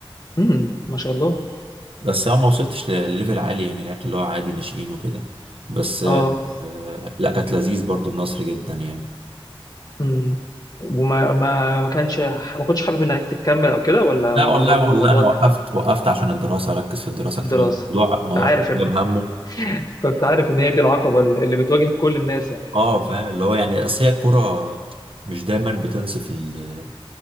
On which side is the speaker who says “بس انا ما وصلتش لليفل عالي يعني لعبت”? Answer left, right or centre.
Right